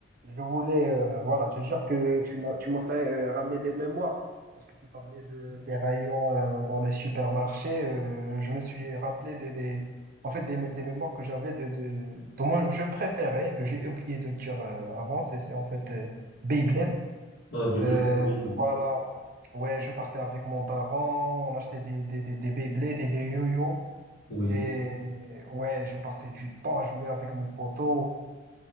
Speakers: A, on the right; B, on the left.
A: euh, je voulais euh, voilà te dire que tu m'as tu m'as fait euh, ramener des mémoires parce que tu parlais de des rayons euh, dans les supermarchés. euh, je me suis rappelé des, des en fait des, mé- des mémoires que j'avais de, de dont moi, je préférais que j'ai oublié de dire euh, avant. C'est c'est en fait euh, Beyblade.
B: Ah, bibelette,
A: Euh,
B: oui.
A: voilà. Ouais, je partais avec mon daron, on achetait des des des, des Beyblades et des yo-yo.
B: Oui,
A: Et ouais, je passais du temps à jouer avec mes potos.